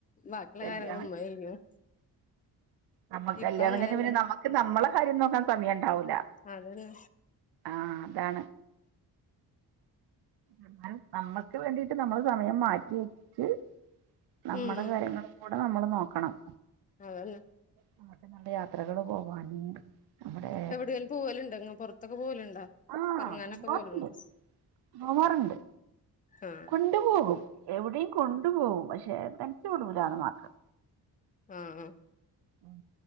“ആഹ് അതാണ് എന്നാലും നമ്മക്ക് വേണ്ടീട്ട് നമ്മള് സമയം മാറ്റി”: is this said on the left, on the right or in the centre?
Right